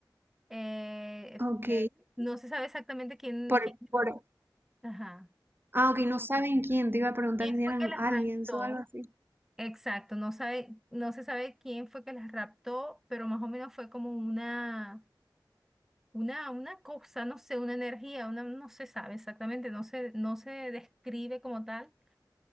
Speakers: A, in the centre; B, on the right (about 25°).
A: Eh,
B: Ok.
A: eh, no se sabe exactamente quién,
B: Por,
A: quién,
B: por...
A: ajá,
B: Ah, ok, no saben quién. Te iba a preguntar
A: quién
B: si
A: fue
B: eran
A: que las
B: aliens
A: raptó.
B: o algo así.
A: Exacto, no sabe, no se sabe quién fue que las raptó, pero más o menos fue como una, una, una cosa, no sé, una energía, una, no se sabe exactamente, no se, no se describe como tal.